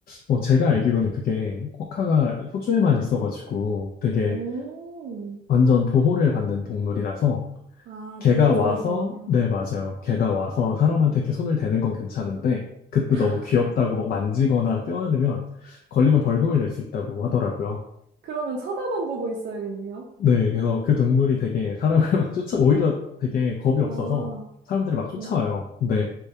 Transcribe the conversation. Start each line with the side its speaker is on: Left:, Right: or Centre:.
Left: 어, 제가 알기로는 그게 코카가 호주에만 있어가지고 되게
Right: 음,
Left: 완전 보호를 받는 동물이라서
Right: 아,
Left: 걔가
Right: 보호종이구나.
Left: 와서, 네, 맞아요. 걔가 와서 사람한테 이렇게 손을 대는 건 괜찮은데, 그때
Right: 아,
Left: 너무 귀엽다고 막 만지거나 껴안으면 걸리면 벌금을 낼 수 있다고 하더라고요.
Right: 그러면 쳐다만 보고 있어야겠네요.
Left: 네, 그래서 그 동물이 되게 사람을 <laughs> 막 쫓아, 오히려 되게 겁이 없어서
Right: 아,
Left: 사람들이 막 쫓아와요.
Right: 음,
Left: 근데